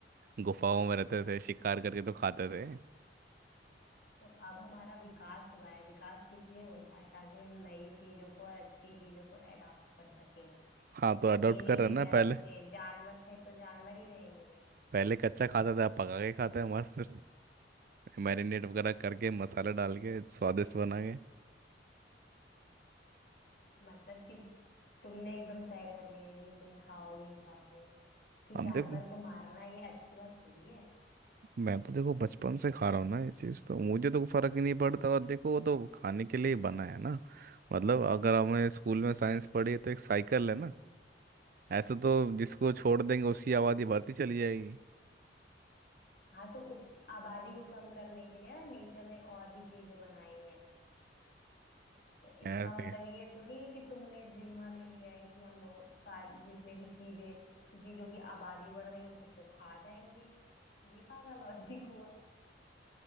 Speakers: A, on the right; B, on the left.
A: गुफाओं में रहते थे शिकार करके तो खाते थे
B: तो अब हमारा विकास हुआ है विकास किस लिए होता है ताकि हम नई चीजों को और अच्छी चीजों को अडॉप्ट कर सकें
A: हाँ तो अडॉप्ट
B: ये नहीं
A: कर रहे
B: कि
A: हैं ना
B: जैसे
A: पहले
B: थे जानवर थे तो जानवर ही रहेंगे
A: पहले कच्चा खाते थे अब पका के खाते हैं मस्त मैरिनेट वगैरह करके मसाला डाल के स्वादिष्ट बना के
B: मतलब कि तुमने एकदम तय कर लिया कि तुम खाओगे ही खाओगे किसी
A: अब
B: जानवर
A: देखो
B: को मारना ये अच्छी बात थोड़ी है
A: मैं तो देखो बचपन से खा रहा हूँ ना ये चीज़ तो मुझे तो फर्क ही नहीं पड़ता और देखो वो तो खाने के लिए ही बना है ना मतलब अगर हमने स्कूल में साइंस पढ़ी है तो एक साइकिल है ना ऐसे तो जिसको
B: हाँ
A: छोड़ देंगे उसकी आबादी बढ़ती चली जाएगी
B: हाँ, तो उस आबादी को कम करने के लिए ना नेचर ने और भी चीजें बनाई हैं तो
A: ऐसे
B: इसका मतलब ये थोड़ी है कि तुमने जिम्मा ले लिया है कि हम सारी जितने भी चीजें चीजों की आबादी बढ़ रही है हम सबको खा जाएंगे ये कहाँ का लॉजिक हुआ